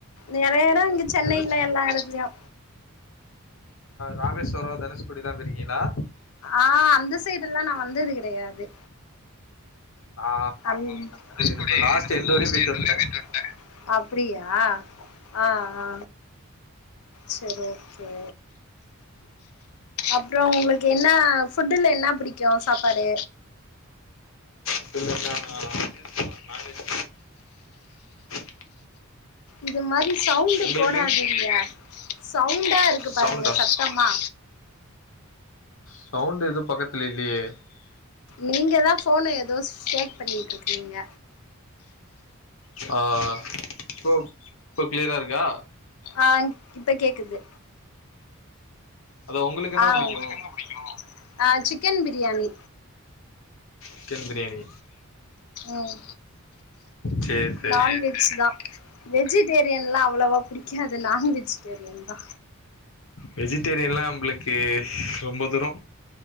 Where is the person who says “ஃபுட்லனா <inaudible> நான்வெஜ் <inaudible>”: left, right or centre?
Left